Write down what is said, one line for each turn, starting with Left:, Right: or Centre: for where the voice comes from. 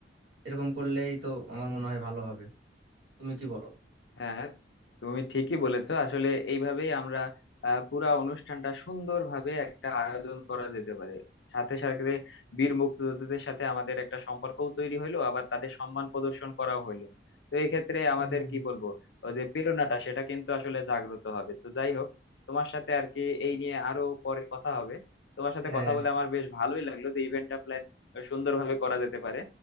Right: এরকম করলেই তো আমার মনে হয় ভালো হবে তুমি কি বলো
Left: হ্যাঁ তুমি ঠিকই বলেছো আসলে এইভাবেই আমরা আহ, পুরা অনুষ্ঠানটা সুন্দরভাবে একটা আয়োজন করা যেতে পারে সাথে সাথে বীর মুক্তিযোদ্ধাদের সাথে আমাদের একটা সম্পর্কও তৈরি হইলো আবার তাদের সম্মান প্রদর্শন করাও হইলো তো এই ক্ষেত্রে আমাদের
Right: হ্যাঁ
Left: কি বলবো ওই যে প্রেরণাটা সেটা কিন্তু আসলে জাগ্রত হবে তো যাই হোক তোমার সাথে আর কি এই নিয়ে আরো পরে কথা হবে তোমার সাথে
Right: হ্যাঁ
Left: কথা বলে আমার বেশ ভালোই লাগলো যে ইভেন্টটা প্ল্যান সুন্দরভাবে করা যেতে পারে